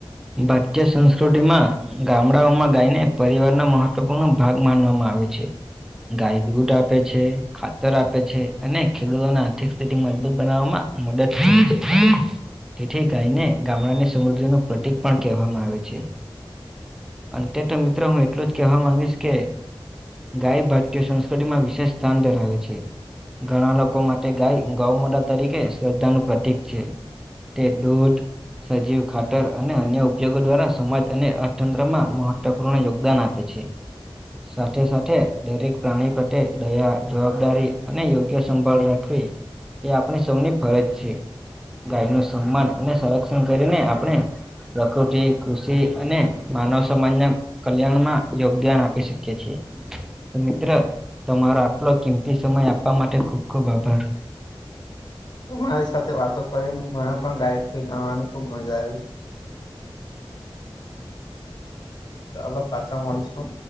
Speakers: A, in the centre; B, on the left (about 50°).
A: ભારતીય સંસ્કૃતિમાં ગામડાઓમાં ગાયને પરિવારના મહત્વપૂર્ણ ભાગ માનવામાં આવે છે. ગાય દૂધ આપે છે, ખાતર આપે છે અને ખેડૂતોને આર્થિક સ્થિતિ મજબૂત બનાવવામાં મદદ <inaudible> તેથી ગાયને ગામડાની સમૃદ્ધિનું પ્રતીક પણ કહેવામાં આવે છે. અંતે તો મિત્રો હું એટલું જ કેવા માંગીશ કે ગાય ભારતીય સંસ્કૃતિમાં વિશેષ સ્થાન ધરાવે છે. ઘણા લોકો માટે ગાય ગૌ મોટા તરીકે શ્રદ્ધાનું પ્રતીક છે. તે ડૂધ સજીવ ખાતર અને અન્ય ઉપયોગો દ્વારા સમાજ અને અર્થતંત્રમાં મહત્વપૂર્ણ યોગદાન આપે છે. સાથે સાથે દરેક પ્રાણી પ્રત્યે દયા જવાબદારી અને યોગ્ય સંભાળ રાખવી એ આપણી સૌની ફરજ છે, ગાયનું સન્માન અને સંરક્ષણ કરીને આપણે પ્રકૃતિ કૃષિ અને માનવ સમાજના કલ્યાણમાં યોગદાન આપી શકીએ છીએ, તો મિત્ર તમારો આટલો કિંમતી સમય આપવા માટે ખુબ ખુબ આભાર.
B: તમારી સાથે વાતો કરીન મને પણ ગાય વિશે જાણવાની ખુબ મજા આવી. ચાલો પાછા મળીશું.